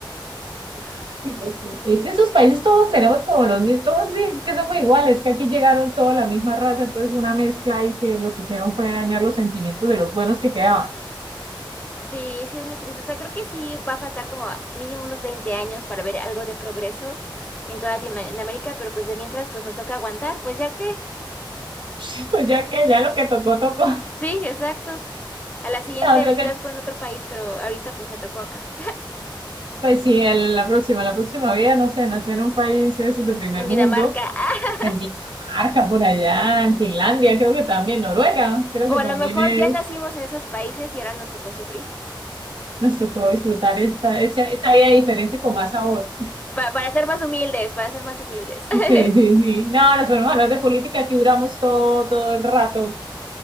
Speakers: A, on the left (about 20°); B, on the right (about 70°).
A: uf.
B: Y Es que es- esos países todos tenemos como los mismos, todos sí, es que somos iguales, es que aquí llegaron toda la misma raza, entonces una mezcla y que lo que hicieron fue dañar los sentimientos de los buenos que quedaban.
A: Sí, sí, es muy triste. O sea, creo que sí va a faltar como mínimo unos 20 años para ver algo de progreso en toda Latinoamérica, pero pues de mientras, pues nos toca aguantar, pues ya que.
B: <laughs> Pues ya que ya lo que tocó, tocó.
A: Sí, exacto. A la siguiente
B: No, creo
A: nazco
B: que
A: en otro país, pero ahorita pues me tocó acá,
B: Pues sí, el- la próxima, la próxima vida, no sé, nacer en un país de esos
A: <laughs>
B: de primer
A: en Dinamarca.
B: mundo,
A: ¡Ah!
B: en Dinamarca, por allá, en Finlandia, creo que también, Noruega, creo que
A: O a
B: también
A: lo mejor
B: es,
A: ya nacimos en esos países y ahora nos tocó sufrir.
B: nos tocó disfrutar esta, esta, esta vida diferente con más sabor.
A: Pa- para ser más humildes, para ser más humildes. <laughs>
B: Sí, sí, sí. No, nos ponemos a hablar de política, aquí duramos todo, todo el rato,